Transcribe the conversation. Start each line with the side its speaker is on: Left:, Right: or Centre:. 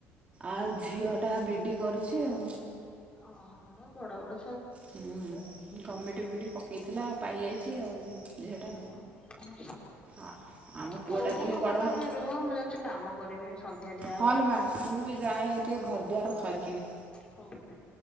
Right: ଆଉ ଝିଅଟା ବି ଡ଼ି କରୁଛି ଆଉ
Left: ଓହୋ ବଡ଼ ବଡ଼
Right: ହୁଁ ହୁଁ, ଗୋମେଣ୍ଟ ବି ଡ଼ି ପକେଇଥିଲା, ପାଇଯାଇଛି ଆଉ। ଝିଅଟା
Left: <unintelligible>
Right: ଆଉ ଆମ ପୁଅଟା
Left: ହଉ, ତାହେଲେ
Right: ତ ବି
Left: ଅପା,
Right: ବଡ଼
Left: ତମେ
Right: ହେଲା
Left: ରୁହ, ମୁଁ ଯାଉଛି। କାମ କରିବି, ସନ୍ଧ୍ୟା ଦିଆହବ।
Right: ହଁ ଲୋ ମା ମୁଁ ବି ଯାଏ ଟିକେ ଘର ଦ୍ୱାର ଖରିକିବି
Left: ହଉ।